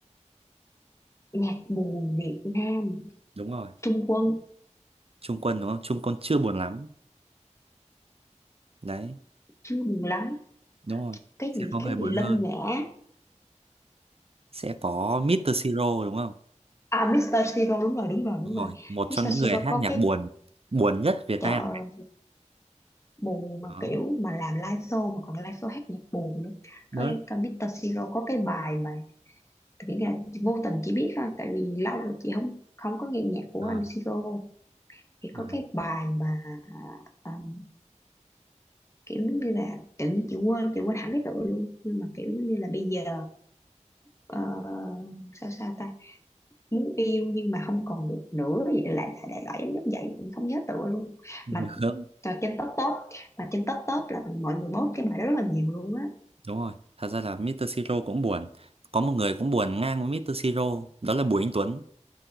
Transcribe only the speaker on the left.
nhạc buồn Việt Nam
Trung Quân
chưa buồn lắm
cái
gì
cái
gì Lân
Ngã
à Mr. Siro đúng rồi đúng rồi
đúng rồi
Mr.
Siro
có
cái
chợ
buồn mà
kiểu mà làm live show mà còn live show hát nhạc buồn nữa
có có Mr. Siro có cái bài mà nghĩ là vô tình chỉ biết thôi tại vì lâu rồi chị không không có nghe nhạc của
anh Siro thì có
cái bài mà à, um, kiểu như là tự nhiên chị quên chị quên hẳn cái tựa luôn nhưng mà kiểu như là bây giờ ờ, sao sao ta muốn yêu nhưng mà không còn được nữa gì đó lại đại loại giống giống vậy mình không nhớ tựa luôn
mà
trên top top mà trên top top là mọi người post cái bài đó rất là nhiều luôn á